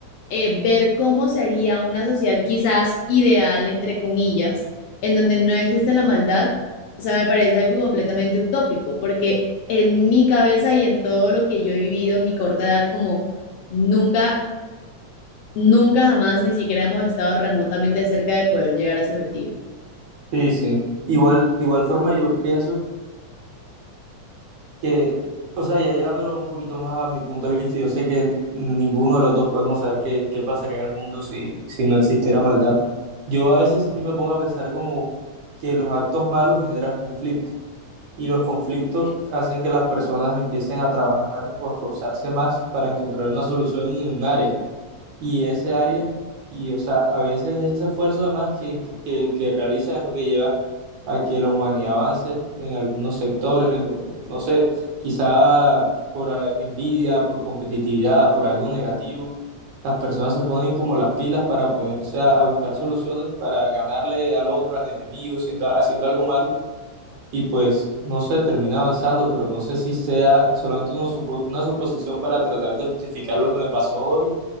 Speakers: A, on the left (about 75°); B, on the right (about 80°).
A: eh, ver cómo sería una sociedad quizás ideal, entre comillas, en donde no existe la maldad, o sea, me parece algo completamente utópico, porque en mi cabeza y en todo lo que yo he vivido en mi corta edad, como nunca, nunca jamás ni siquiera hemos estado remotamente cerca de poder llegar a su objetivo.
B: Sí, sí. Igual, de igual forma yo pienso. que, o sea, ya llevándolo un poquito más a mi punto de vista, yo sé que ninguno de los dos podemos saber qué, qué pasaría en el mundo si, si no existiera maldad. Yo a veces sí me pongo a pensar como que los actos malos generan conflictos y los conflictos hacen que las personas empiecen a trabajar o a esforzarse más para encontrar una solución en un área y ese área, y o sea, a veces ese esfuerzo además que, impl- que, que realiza es lo que lleva a que la humanidad avance en algunos sectores, o no, no sé, quizá por eh, envidia, por competitividad, por algo negativo, las personas se ponen como las pilas para ponerse a, a buscar soluciones para ganarle al otro, al enemigo, siendo, haciendo algo malo. Y pues no sé, termina avanzando, pero no sé si sea solamente una supo- una suposición para tratar de justificar lo que me pasó hoy